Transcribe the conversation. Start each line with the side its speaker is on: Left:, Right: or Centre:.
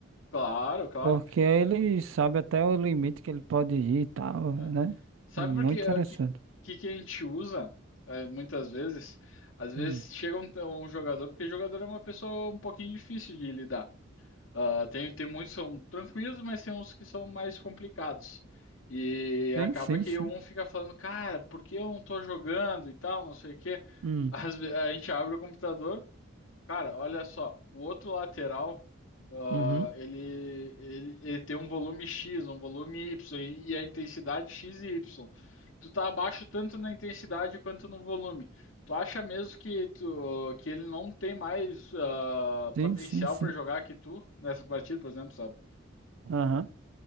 Left: Claro, claro.
Right: Porque aí ele sabe até o limite que ele pode ir e tal,
Left: Ah,
Right: né?
Left: Sabe
Right: É muito
Left: por que, é,
Right: interessante.
Left: que, que que a gente usa, eh, muitas vezes? Às vezes
Right: Hum.
Left: chega um, um jogador, porque jogador é uma pessoa um pouquinho difícil de lidar. Ah, tem, tem muitos que são tranquilos, mas tem uns que são mais complicados. E
Right: Sim,
Left: acaba
Right: sim,
Left: que
Right: sim.
Left: um fica falando, cara, por que eu não tô jogando e tal, não sei o quê.
Right: Hum.
Left: Às ve- a gente abre o computador, Cara, olha só, o outro lateral, ah,
Right: Uhum.
Left: ele, ele, ele tem um volume X, um volume Y e e a intensidade X e Y. Tu tá abaixo tanto na intensidade quanto no volume. Tu acha mesmo que, tu, que ele não tem mais ah,
Right: Sim,
Left: potencial
Right: sim, sim.
Left: para jogar que tu nessa partida, por exemplo, sabe?
Right: Aham.